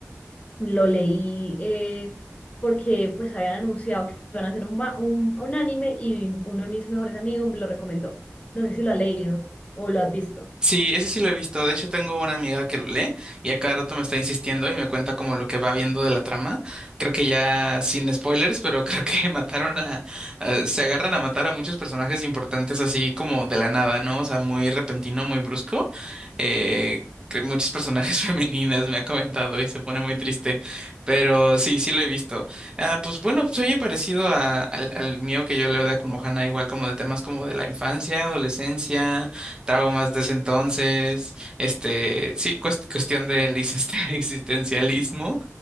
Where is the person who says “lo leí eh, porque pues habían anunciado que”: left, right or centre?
Left